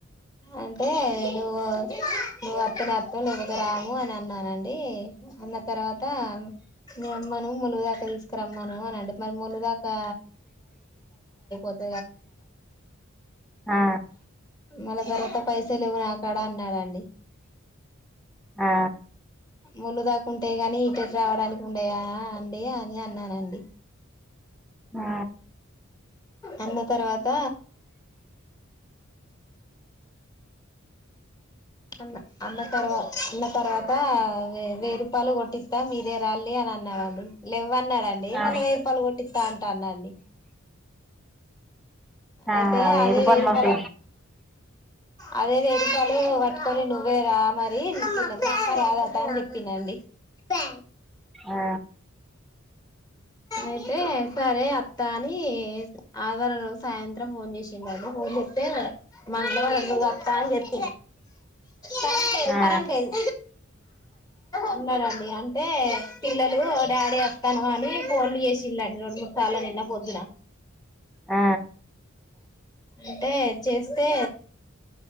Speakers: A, on the left; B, in the centre.
A: అంటే.. నువ్వు నువ్వు అత్తనే అత్తం లేకపోతే రాము అని అన్నానండి అన్న తర్వాత వాత మీ అమ్మను ములుగు ఆకు తీసుకురమ్మను అని అంటే మరి ములుగాకు ఒక
B: ఆ
A: <inaudible> మల్లా తర్వాత పైసల్ లేవు నాకడ అన్నాడండి...
B: ఆ
A: మునుగకూ అట్టే గాని హటర్ రావడానికి ఉండయా అండి అని అన్నానండి
B: ఆ
A: అన్న తర్వాత అ అన్న తర్వత ఉన్న తర్వాత వెయ్యి రూపాయలు కొట్టిస్తా మీరే రాలి అని అన్నాడండి లేవ అన్నాడండి డి
B: ఆ
A: మళ్ళీ వేయిరుపయిలు కొట్టిస్తా అంటానండి
B: ఆ
A: అయితే
B: వేయి
A: అదే
B: రూపాయలు
A: వెయ్యి రూపాయల
B: మస్తు
A: అదే వేయిరుపాలు పట్టుకొని నువ్వే రా మరి రాదట అని చెప్పినండి ప
B: ఆ
A: అతే సరే అత్త అని ఆదివారం రోజు సాయంత్రం ఫోన్ చేసిండు అండి ఫోన్ చెతేమా ఇంట్లో మంగలవళంలో గతాం చెప్ప <inaudible> పర పే
B: ఆ
A: పర పేరు ఉన్నారండి అంటే పిల్లలు డాడీ వత్తనవ అని ఫోన్లు చేసిలండి రెండు మూడు సార్లు నిన్న పొద్దున
B: ఆ
A: అంటే చేస్తే